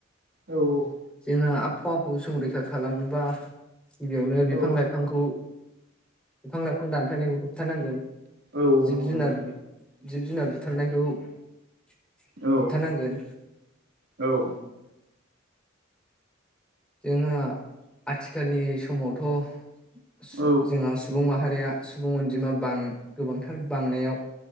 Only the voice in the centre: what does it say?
जोंहा आबहावाखौ संरैखा खालामनोबा गिबियावनो
बिफां लाइ बिफांखौ बिफां लाइफां दानफायनायखौ होबथानांगोन
जिब
जुनार
जिब जुनार बुथारनायखौ होबथानांगोन।
जोंहा आथिखालनि समावथ' सु-जोंहा
बुं माहारिया सुबुं अनजिमा बां गोबांथार बांनायाव